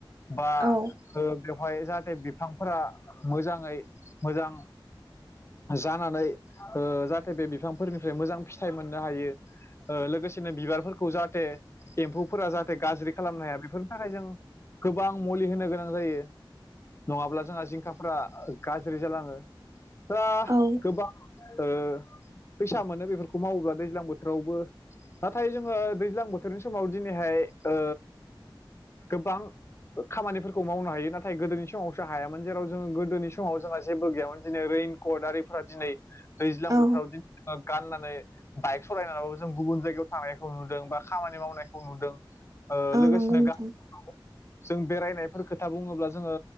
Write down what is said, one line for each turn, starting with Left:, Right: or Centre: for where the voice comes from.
Left: बा
Right: औ
Left: बेवहाय जाहाथे बिफांफोरा मोजाङै मोजां जानानै ओ जाहाथे बे बिफांफोरनिफ्राय मोजां फिथाइ मोननो हायो। ओ लोगोसेनो बिबारफोरखौ जाहाथे एम्फौफोरा जाहाथे गाज्रि खालामनो हाया बेफोरनि थाखाय जों गोबां मुलि होनो गोनां जायो। नंङाब्ला जोंहा जिंखाफ्रा गाज्रि जालांङो आ
Right: औ
Left: गोबां ओ फैसा मोनो बेफोरखौ मावोब्ला दैज्लां बोथोरावबो नाथाय जोंङो दैज्लां बोथोरनि समाव दिनैहाय ओ गोबां खामानिफोरखौ मावनो हायो नाथाय गोदोनि समावसो हायामोन जेराव जोंङो गोदोनि समाव जोंहा जेबो गैयामोन। दिनै रैनकट आरिफोरा दिनै दैज्लां
Right: औ
Left: बोथोराव दिनै गाननानै बाइक सालायनानैबाबो जों गुबुन जायगायाव थांनायखौ नुदों बा खामानि मावनायखौ नुदों। ओ
Right: औ
Left: लोगोसेनो
Right: नंगौ नोंथां
Left: गामि जों बेरायनायफोर खोथा बुंङोब्ला जोंङो